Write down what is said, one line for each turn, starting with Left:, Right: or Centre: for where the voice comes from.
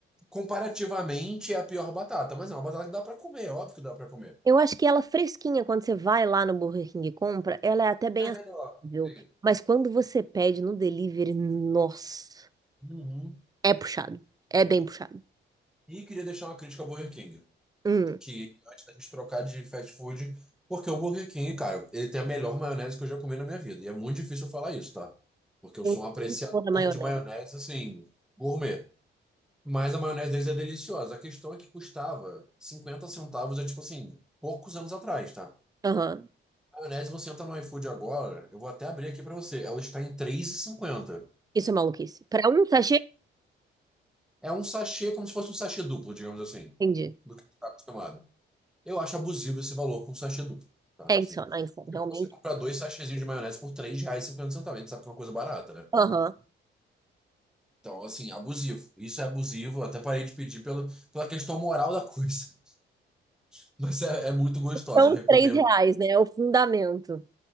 Centre: comparativamente é a pior batata, mas é uma batata que dá pra comer, óbvio que dá pra comer.
Right: Eu acho que ela fresquinha, quando você vai lá no Burger King e compra, ela é até bem
Centre: É
Right: acessível.
Centre: melhor. Sim.
Right: Mas quando você pede no delivery, nossa,
Centre: Uhum.
Right: é puxado. É bem puxado.
Centre: E queria deixar uma crítica ao Burger King.
Right: Hum.
Centre: que antes da gente trocar de fast food, porque o Burger King, cara, ele tem a melhor maionese que eu já comi na minha vida. E é muito difícil eu falar isso, tá? Porque eu
Right: Eu
Centre: sou um apreciador
Right: não sou da maionese.
Centre: de maionese, assim, gourmet. Mas a maionese deles é deliciosa. A questão é que custava 50 centavos, é tipo assim, poucos anos atrás, tá?
Right: Aham.
Centre: A maionese, você entra no iFood agora, eu vou até abrir aqui pra você, ela está em três e cinquenta
Right: Isso é maluquice. Pra um sachê,
Centre: É um sachê, como se fosse um sachê duplo, digamos assim,
Right: entendi.
Centre: do que a gente está acostumado. Eu acho abusivo esse valor para um sachê duplo, tá?
Right: É
Centre: Assim,
Right: insano, é insano,
Centre: tipo,
Right: realmente.
Centre: você comprar dois sachêzinhos de maionese por R$3,50, a gente sabe que é uma coisa barata, né?
Right: Aham.
Centre: Então, assim, abusivo. Isso é abusivo, eu até parei de pedir pelo, pela questão moral da coisa. <laughs> Mas é, é muito gostosa,
Right: São
Centre: eu recomendo.
Right: três reais, né? É o fundamento.